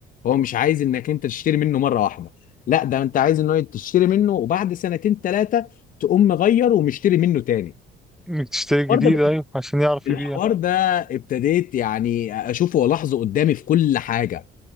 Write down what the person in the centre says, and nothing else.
إنك تشتري
جديد
ايوه عشان يعرف
يبيع